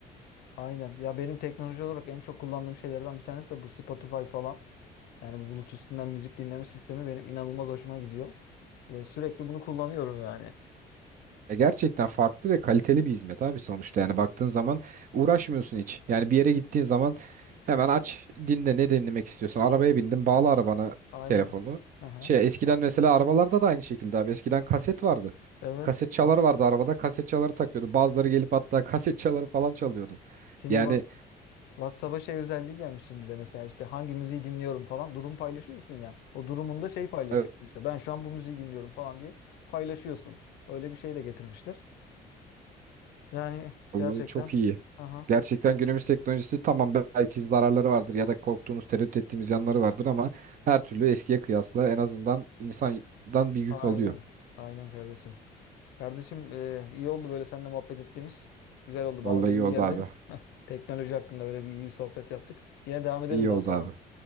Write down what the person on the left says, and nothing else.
Aynen. Ya benim teknoloji olarak en çok kullandığım şeylerden bir tanesi de bu Spotify falan. Yani bu Bluetooth üstünden müzik dinleme sistemi benim inanılmaz hoşuma gidiyor. Ve sürekli bunu kullanıyorum yani.
Hı hı.
Aynen.
Aha.
Evet.
Şimdi
bak WhatsApp'a şey özelliği gelmiş şimdi de mesela işte hangi müziği dinliyorum falan durum paylaşıyorsun ya. O durumunda şey paylaşıyorsun
işte ben şu an bu müziği dinliyorum falan diye paylaşıyorsun. Öyle bir şey de getirmişler. Yani
gerçekten
aha
aynen
aynen kardeşim. Kardeşim e, iyi oldu böyle seninle muhabbet ettiğimiz. Güzel oldu
bana da iyi
geldi.
Heh, Teknoloji hakkında böyle bir iyi bir sohbet yaptık. Yine devam edelim
daha
sonra.